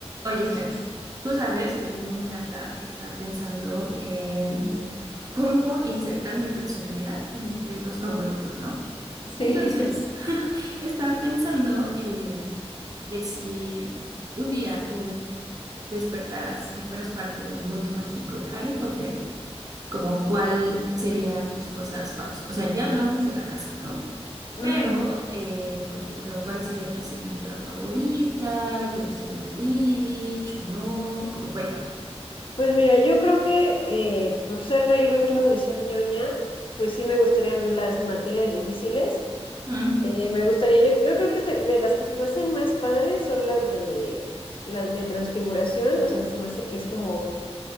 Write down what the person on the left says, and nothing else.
Sí.
<laughs>
Ujú.
Pues mira, yo creo que eh, por ser Ravenclaw y ser ñoña, pues sí me gustarían las materias difíciles.
Eh, me gustaría, yo, yo creo que se- de las que se me hacen más padres son las de las de transfiguración, o sea, se me hace que es como